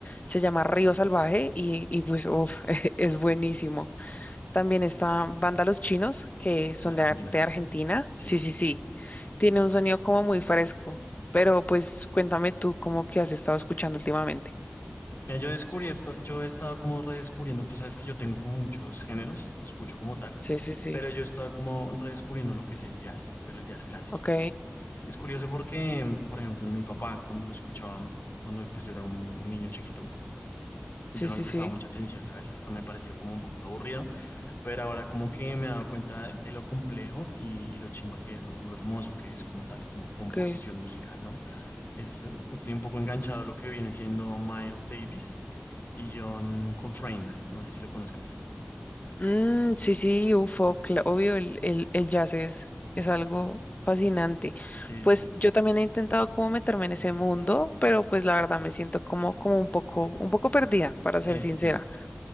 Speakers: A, on the left; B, on the left.
A: se llama Río Salvaje y, y pues uf, <laughs> es buenísimo. También está Banda Los Chinos, que son
B: De Argentina,
A: de, Ar- de
B: ¿cierto?
A: Argentina.
B: Sí.
A: Sí, sí, sí. Tiene un sonido como muy fresco, pero pues cuéntame tú cómo que has estado escuchando últimamente.
B: Mira, yo he descubierto, yo he estado como redescubriendo, tú sabes que yo tengo como muchos géneros, escucho como tal,
A: Sí, sí, sí.
B: pero yo he estado como redescubriendo lo que es el jazz, pero el jazz clásico.
A: Ok.
B: Es curioso porque, por ejemplo, mi papá cuando lo escuchaba, cuando pues yo era un, un niño chiquito, yo
A: Sí,
B: no
A: sí,
B: le prestaba
A: sí.
B: mucha atención, ¿sabes? Hasta me parecía como un poquito aburrido, pero ahora como que me he dado cuenta de lo complejo y, y lo chimba que es, lo, lo hermoso que es como tal, como composición
A: Ok.
B: musical, ¿no? Es, estoy un poco enganchado a lo que viene siendo Miles Davis y John Coltrane. No sé si lo conozcas.
A: Mm, sí, sí, UFO, cla- obvio, el, el, el jazz es, es algo fascinante.
B: Sí,
A: Pues
B: sí, sí.
A: yo también he intentado como meterme en ese mundo, pero pues la verdad me siento como, como un poco, un poco perdida, para
B: Sí,
A: ser sincera.
B: sí, sí.